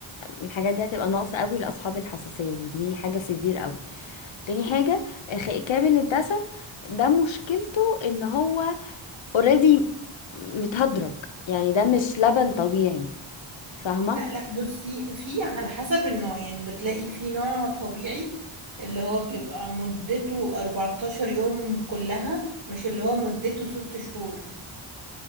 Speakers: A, on the left (about 70°); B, on the right (about 70°).
A: الحاجات دي هتبقى ناقصه قوي لاصحاب الحساسيه ودي حاجه سيفير قوي تاني حاجه خ- كامل الدسم ده مشكلته ان هو اوريدي متهدرج يعني ده مش لبن طبيعي فاهمه
B: لا لا بصي في على حسب النوع يعني بتلاقي في نوع طبيعي اللي هو بيبقى مدته 14 يوم كلها مش اللي هو مدته 6 شهور